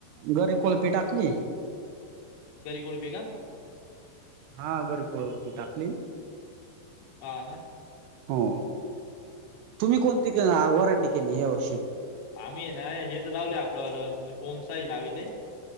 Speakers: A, on the right (about 80°); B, on the left (about 85°).
A: गरी कोळपी टाकली
B: घरी कोळपी का?
A: हा घरपोच टाकली.
B: हा का
A: हो तुम्ही कोणती ग आ वराटी केली यावर्षी?
B: आम्हीय ना हेच लावले आपलं वालं ओम साही लावेले.